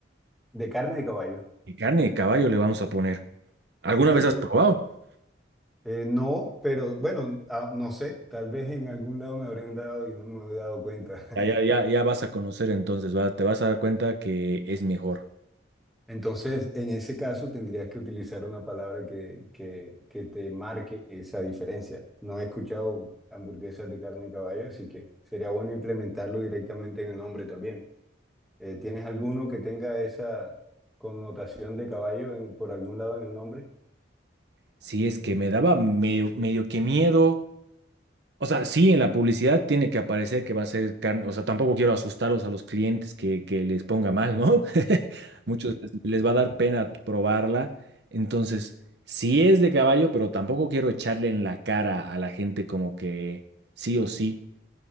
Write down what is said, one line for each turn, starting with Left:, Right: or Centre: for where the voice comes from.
Centre: De carne de caballo.
Right: ¿Qué carne de caballo le vamos a poner? ¿Alguna
Centre: Ok.
Right: vez has probado?
Centre: Eh, no, pero bueno, ah, no sé, tal vez en algún lado me habrán dado y no me he dado cuenta. <laughs>
Right: Ya, ya, ya, ya vas a conocer entonces, va, te vas a dar cuenta que es mejor.
Centre: Entonces, en ese caso tendrías que utilizar una palabra que, que, que te marque esa diferencia. No he escuchado hamburguesas de carne de caballo, así que sería bueno implementarlo directamente en el nombre también. Eh, ¿tienes alguno que tenga esa connotación de caballo en- por algún lado en el nombre?
Right: Sí, es que me daba medio, medio que miedo. O sea, sí, en la publicidad tiene que aparecer que va a ser carne. O sea, tampoco quiero asustarlos a los clientes que, que les ponga mal, ¿no? <laughs> Muchos les, les va a dar pena probarla. Entonces, sí es de caballo, pero tampoco quiero echarle en la cara a la gente como que sí o sí.